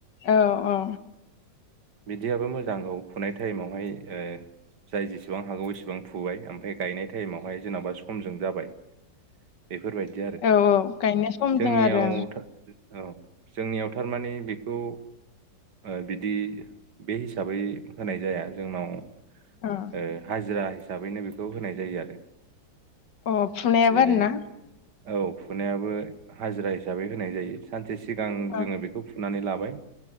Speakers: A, on the left (about 70°); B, on the right (about 65°).
A: अ-अ
B: बिदियाबो मोजां औ फुनाय थाइमावहाय ओ जाय जेसेबां हागौ एसेबां फुबाय ओमफाय गायनाय टाइमावहाय जेनबा समजों जाबाय। बेफोरबायदि आरो
A: औ औ गायनो समजों
B: जोंनियाव
A: आरो
B: था ओ औ जोंनियाव थारमाने बेखौ ओ बिदि बे हिसाबै होनाय जाया जोंनाव।
A: ओं
B: ए हाजिरा हिसाबैनो बेखौ होनाय जायो आरो।
A: अ अ फुनायाबो
B: जेरै
A: आरोना
B: औ फुनायाबो हाजिरा हिसाबै होनाय जायो। सानसे सिगां
A: औ
B: जोङो बेखौ नानै लाबाय।